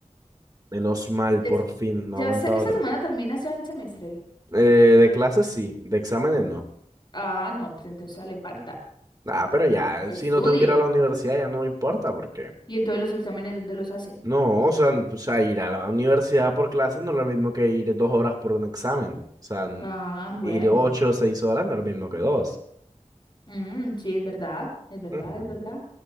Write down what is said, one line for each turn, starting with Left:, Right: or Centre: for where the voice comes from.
Right: Menos mal,
Left: Des-
Right: por fin, no
Left: Ya
Right: aguanta
Left: se- esta
Right: otra.
Left: semana termina ya el semestre.
Right: Eh, de clases sí, de exámenes no.
Left: Ah, no, pues entonces ya le falta.
Right: Ah, pero ya,
Left: Estudie.
Right: si no tengo que ir a la universidad ya no me importa porque...
Left: Y entonces los exámenes, ¿dónde los hace?
Right: No, o sea, n- o sea, ir a la universidad por clases no es lo mismo que ir dos horas por un examen. O sea, n-
Left: Ah, bueno.
Right: ir ocho o seis horas no es lo mismo que dos.
Left: Mm, sí, es verdad, es verdad,
Right: Ujú.
Left: es verdad.